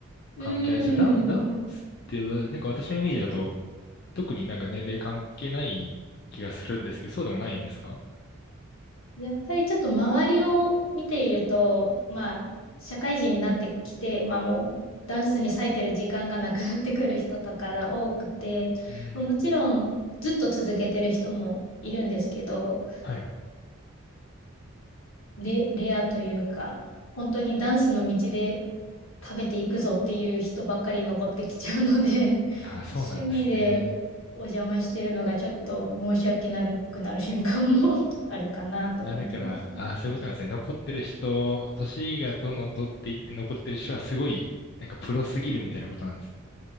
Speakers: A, on the left; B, on the left.
A: うーん。
B: 関係ありそう。ダン、ダンスってなんか私のイメージだと特になんか年齢関係ない気がするんですけど、そうでもないんですか
A: やっぱりちょっと周りを見ていると、まあ、社会人になってきて、まあもう、ダンスに割いてる時間がなくなってくる人とかが多くて、
B: うーん。
A: まあもちろん、ずっと続けてる人もいるんですけど、
B: はいはい。
A: レ、レアというか、本当にダンスの道で食べていくぞっていう人ばっかり残ってきちゃうので、
B: ああ、
A: <laughs>
B: そうなんですね。
A: 趣味でお邪魔してるのがちょっと申し訳なくなる瞬間も <laughs> あるかなと思ってますね。
B: あー、だから、あー、そういうことなんですね。残ってる人、年がどんどん取っていって残ってる人はすごい、なんかプロすぎるみたいなことなんです。